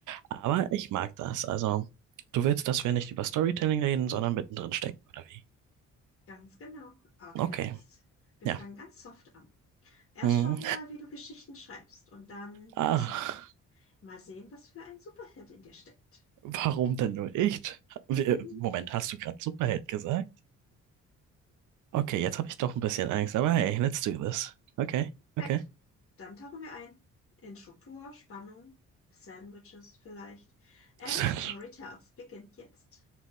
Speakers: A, on the right; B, on the left.
A: aber ich mag das. Also du willst, dass wir nicht über Storytelling reden, sondern mittendrin stecken, oder wie?
B: Ganz genau, aber keine
A: Okay,
B: Angst. Wir
A: ja.
B: fangen ganz soft an. Erst
A: Hm.
B: schauen wir mal, wie du Geschichten schreibst und dann,
A: Ah,
B: tja, mal sehen, was für ein Superheld in dir steckt.
A: warum denn nur nicht? Wir-
B: <laughs>
A: Moment, hast du gerade Superheld gesagt? Okay, jetzt habe ich doch ein bisschen Angst, aber hey, let's do this. Okay,
B: Perfekt.
A: okay.
B: Dann tauchen wir ein in Struktur, Spannung, Sandwiches vielleicht. Every
A: <laughs>
B: Story Tells beginnt jetzt.